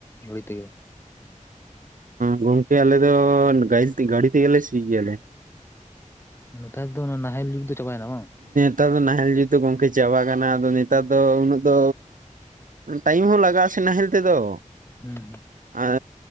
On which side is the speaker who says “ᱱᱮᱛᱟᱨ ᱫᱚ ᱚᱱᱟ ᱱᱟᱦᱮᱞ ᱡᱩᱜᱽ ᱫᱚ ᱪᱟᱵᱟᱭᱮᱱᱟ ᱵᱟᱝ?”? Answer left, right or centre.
Left